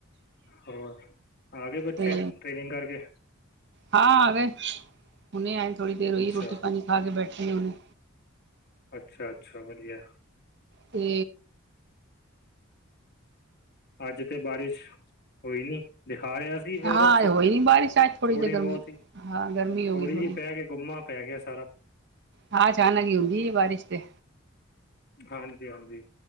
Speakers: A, on the left (about 50°); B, on the right (about 55°).
A: ਹੋਰ, ਆ ਗਏ ਬੱਚੇ
B: ਤੇ
A: ਟ੍ਰੇਨਿੰਗ ਕਰਕੇ?
B: ਹਾਂ, ਆ ਗਏ ਹੁਨੇ ਆਏ ਥੋੜੀ ਦੇਰ ਹੋਈ,
A: ਅੱਛਾ
B: ਰੋਟੀ-ਪਾਣੀ ਖਾਕੇ ਬੈਠੇ ਨੇ ਹੁਨੇ।
A: ਅੱਛਾ-ਅੱਛਾ, ਵਧੀਆ।
B: ਤੇ
A: ਆੱਜ ਤੇ ਬਾਰਿਸ਼, ਹੋਈ ਨੀ। ਦਿਖਾ ਰੇਆ ਸੀ ਵੈਦਰ
B: ਹਾਂ
A: ਚ,
B: ਹੋਈ ਨੀ ਬਾਰਿਸ਼ ਅੱਜ ਥੋੜ੍ਹੀ
A: ਥੋੜੀ
B: ਜਿਹੀ ਗਰਮੀ
A: ਬੋਤ ਹੀ ਥੋੜੇ
B: ਹਾਂ ਗਰਮੀ ਹੋ ਗਈ ਥੋੜ੍ਹੀ
A: ਜੀ ਪੈ ਗੁੰਮਾ ਪੈ ਗੇਆ ਸਾਰਾ।
B: ਹਾਂ, ਅਚਾਨਕ ਈ ਹੁੰਦੀ ਬਾਰਿਸ਼ ਤੇ
A: ਹਾਂਜੀ-ਹਾਂਜੀ।